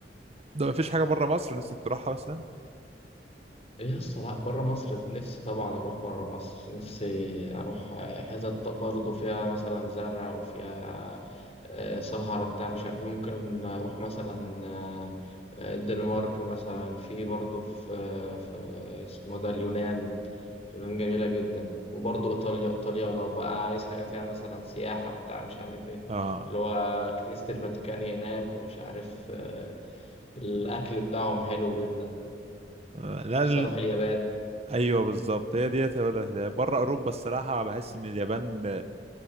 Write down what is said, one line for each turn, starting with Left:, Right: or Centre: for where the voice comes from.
Right: ده مفيش حاجة بره مصر نفسك تروحها مثلا
Left: إيه يا اسطى لا بره مصر نفسي طبعا اروح بره مصر نفسي اروح آه، حتت برضه فيها مثلا زرع وفيها آه، سهرة بتاع مش عارف إيه. ممكن اروح مثلا آه، آه، الدنمارك مثلا في برضه في آه، في آه، اسمه ده اليونان اليونان جميلة جدا وبرضه ايطاليا ايطاليا لو بقى عايز حاجة فيها مثلا سياحة بتاع مش عارف ايه
Right: اه
Left: اللي هو كنيسة الفاتيكان هناك ومش عارف آه، الأكل بتاعهم حلو جدا
Right: آه، لا
Left: بس
Right: ال-
Left: أروح اليابان
Right: ايوه بالظبط هي ديت هقول لك ده. بره اوروبا الصراحة بحس ان اليابان